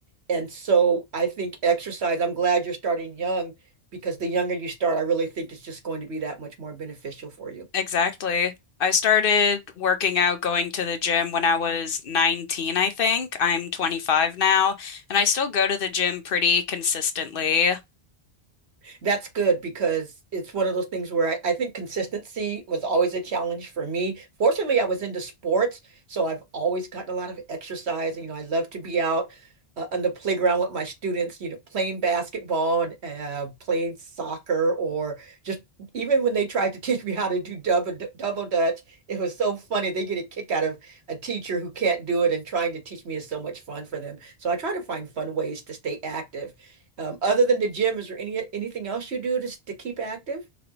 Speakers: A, on the right; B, on the left.
A: And so I think exercise, I'm glad you're starting young because the younger you start, I really think it's just going to be that much more beneficial for you.
B: Exactly. I started working out, going to the gym when I was 19, I think. I'm 25 now, and I still go to the gym pretty consistently.
A: that's good because it's one of those things where I, I think consistency was always a challenge for me. Fortunately, I was into sports, so I've always gotten a lot of exercise. And, you know, I love to be out uh, on the playground with my students, you know, playing basketball and uh, playing soccer, or just even when they tried to <laughs> teach me how to do double double dutch, it was so funny. They get a kick out of a teacher who can't do it and trying to teach me is so much fun for them. So I try to find fun ways to stay active. Um, other than the gym, is there any, anything else you do just to keep active?